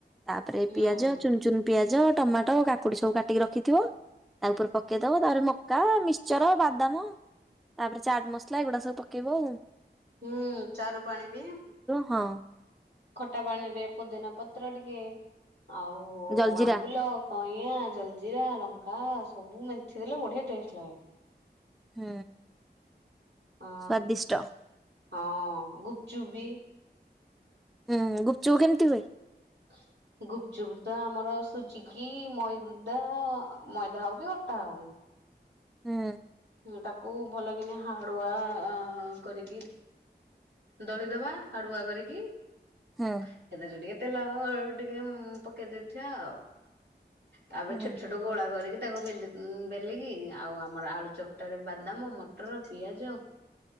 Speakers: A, in the centre; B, on the right.
A: ତାପରେ
B: ହୁଁ
A: ପିଆଜ ଚୁନ୍ ଚୁନ୍ ପିଆଜ ଟମାଟୋ କାକୁଡ଼ି ସବୁ କାଟିକି ରଖିଥିବ। ତା ଉପରେ ପକେଇ ଦବ ତାପରେ ମକା ମିକ୍ସଚର୍ ବାଦାମ ତାପରେ ଚାଟ୍ ମସଲା ଏଗୁଡା ସବୁ ପ କେଇବ।
B: ହୁଁ ଚାରୁ ପାଣି ବି।
A: ହଁ
B: ଖଟା ପାଣିରେ ପୋଦିନା ପତ୍ର ଟିକେ ଆଉ
A: ଜଲଜିରା
B: ଆମ୍ବୁଲ କଣ? <unintelligible> ଜଲଜିରା ଲଙ୍କା ସବୁ ମେଁଥି ଦେଲେ ବଢିଆ ଟେଷ୍ଟ୍ ଲାଗେ।
A: ହୁଁ।
B: ହଁ
A: ସ୍ଵାଦିଷ୍ଟ
B: ହଁ ଗୁପୁଚୁପ୍ ବିି।
A: ହୁଁ ଗୁପୁଚୁପ୍ କେମିତି ହୁଏ?
B: <inaudible> ଗୁପୁଚୁପ୍ ତ ଆମର ସୁଜିକି ମଇଦା ମଇଦା ହଉ କି ଅଟା ହଉ।
A: ହୁଁ।
B: ତାକୁ ଭଲ କିନା ହାଡ଼ୁଆ କରିକି ଦଳିଦବା ହାଡ଼ୁ ଆ କରିକି।
A: ହୁଁ
B: ସେଥିରେ ଟିକେ ତେଲ ଆ ଟିକେ ପକେଇ ଦେଇେଥିବା ଆଉ। ତାପରେ
A: ହୁଁ
B: ଛୋଟ ଛୋଟ ଗୋଳା କରିକି ତାକୁ ବେ ବେଲିକି ଆଉ ଆମର ଆଳୁ ଚକ ଟାରେ ବାଦାମ, ମଟର, ପିଆଜ,